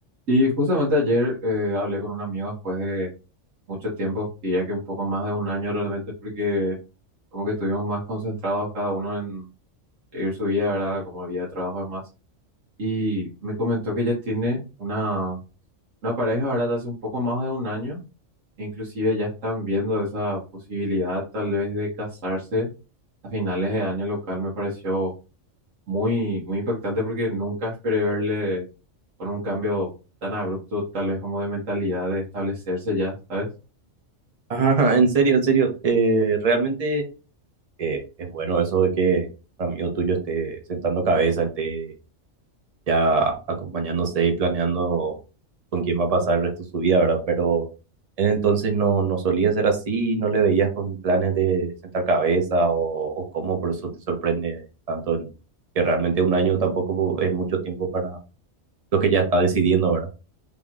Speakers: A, on the right; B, on the right.
A: Y justamente ayer eh, hablé con un amigo después de mucho tiempo, y ya que un poco más de un año realmente, porque como que estuvimos más concentrados cada uno en seguir su vida, ¿verdad? Como vida de trabajo y demás. Y me comentó que ya tiene una, una pareja, ¿verdad? Hace un poco más de un año, e inclusive ya están viendo esa posibilidad tal vez de casarse a finales de año, lo cual me pareció muy, muy impactante porque nunca esperé verle con un cambio tan abrupto, tal vez como de mentalidad de establecerse ya, ¿sabes?
B: Ajá, en serio, en serio. Eh, realmente eh, es bueno eso de que un amigo tuyo esté sentando cabeza, esté ya acompañándose y planeando con quién va a pasar el resto de su vida, ¿verdad? Pero en entonces no, no solía ser así, no le veías con planes de sentar cabeza o, o cómo, por eso te sorprende tanto en que realmente un año tampoco es mucho tiempo para lo que ya está decidiendo, ¿verdad?